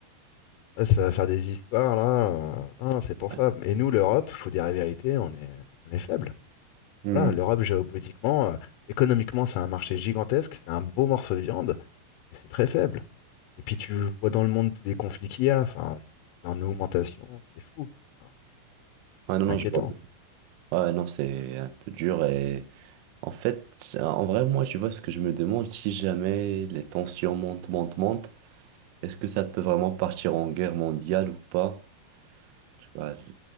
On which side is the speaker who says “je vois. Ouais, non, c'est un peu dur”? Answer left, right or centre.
Right